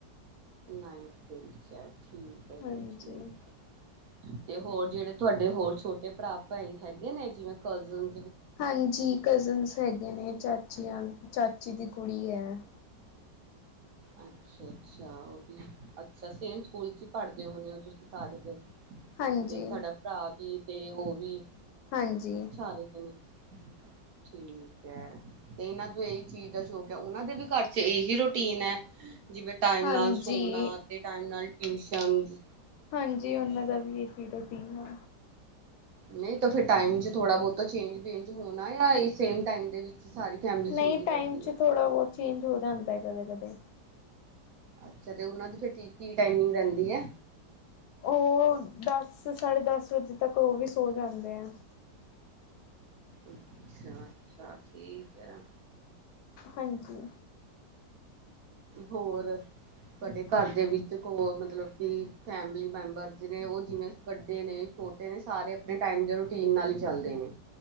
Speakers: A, on the right; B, on the left.
A: ਨਾਈਨਥ ਚ ਠੀਕ ਹੈ
B: ਹਾਂਜੀ।
A: ਜੀ, ਠੀਕ ਹੈ। ਤੇ ਹੋਰ ਜਿਹੜੇ, ਤੁਹਾਡੇ ਹੋਰ ਛੋਟੇ ਭਰਾ, ਭਾਈ ਹੈਗੇ ਨੇ ਜਿਵੇਂ ਕਜ਼ਨ।
B: ਹਾਂਜੀ। ਕਜ਼ਨਸ ਹੈਗੇ ਨੇ, ਚਾਚੀਆਂ- ਚਾਚੀ ਦੀ ਕੁੜੀ ਹੈ।
A: ਅੱਛਾ, ਅੱਛਾ ਉਹ ਵੀ ਅੱਛਾ, ਸੇਮ ਸਕੂਲ ਚ ਹੀ ਪੜਦੇ ਹੋਨੇ ਹੋ ਤੁਸੀਂ ਸਾਰੇ। ਫਿਰ
B: ਹਾਂਜੀ।
A: ਤੇ ਸਾਡਾ ਭਰਾ ਵੀ, ਤੇ ਉਹ ਵੀ
B: ਹਾਂਜੀ,
A: ਸਾਰੇ ਜਾਣੇ। <unintelligible> ਠੀਕ ਏ, ਤੇ ਇਹਨਾਂ ਨੂਂ ਇਹੀ ਚੀਜ਼ ਦਾ ਸ਼ੌਕ ਹੈ। ਉਹਨਾਂ ਦੇ ਵੀ ਘਰ ਚ ਏਹੀ ਰੂਟੀਨ ਹੈ? ਜਿਵੇਂ ਟਾਈਮ
B: ਹਾਂਜੀ।
A: ਨਾਲ ਸੋਨਾ, ਤੇ ਟਾਈਮ ਨਾਲ ਟਿਊਸ਼ਨਸ।
B: ਹਾਂਜੀ, ਉਹਨਾਂ ਦਾ ਵੀ ਏਹੀ ਰੂਟੀਨ ਆ।
A: ਨਈ ਤੇ ਫਿਰ ਟਾਈਮ ਚ ਥੋੜ੍ਹਾ ਬਹੁਤਾ ਚੇਂਜ ਵੇਂਜ ਹੋਣਾ ਯਾਂ ਏਹੀ ਸੇਮ ਟਾਈਮ ਦੇ ਸਾਰੀ ਫੈਮਿਲੀ
B: ਨਈ
A: ਸੌਂਦੀ
B: ਟਾਈਮ
A: ਕਰਦੀ
B: ਚ
A: ਹੈ
B: ਥੋੜ੍ਹਾ ਬਹੁਤ ਚੇਂਜ ਹੋ ਜਾਂਦਾ ਹੈ ਕਦੇ-ਕਦੇ।
A: ਅੱਛਾ, ਤੇ ਉਹਨਾਂ ਦੀ ਟੀ, ਕੀ ਟਾਈਮਿੰਗ ਰਹਿੰਦੀ ਹੈ?
B: ਉਹ ਦਸ, ਸਾਢੇ ਦਸ ਵਜੇ ਤੱਕ, ਉਹ ਵੀ ਸੋ ਜਾਂਦੇ ਆ।
A: ਅੱਛਾ-ਅੱਛਾ ਠੀਕ ਹੈ।
B: ਹਾਂਜੀ।
A: ਹੋਰ, ਸਾਡੇ ਘਰ ਦੇ ਵਿੱਚ- ਕੋਈ ਹੋਰ ਮਤਲਬ, ਕਿ ਫੈਮਲੀ ਮੈਂਬਰ, ਜਿਵੇਂ ਉਹ ਜਿਵੇਂ ਵਡੇ ਨੇ। ਛੋਟੇ ਨੇ ਸਾਰੇ, ਆਪਣੇ ਟਾਈਮ, ਦੇ ਰੂਟੀਨ ਨਾਲ ਹੀ ਚੱਲਦੇ ਨੇ।